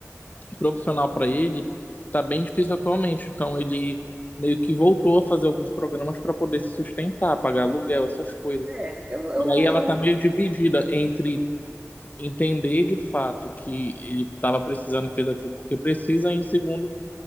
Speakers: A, on the left; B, on the right.
A: profissional para ele tá bem difícil atualmente. Então, ele meio que voltou a fazer alguns programas para poder se sustentar, pagar aluguel, essas coisas.
B: É, eu, eu
A: E
B: não...
A: aí, ela
B: Eu
A: tá meio dividida entre entender de fato que ele estava precisando, fez aquilo porque precisa, e em segundo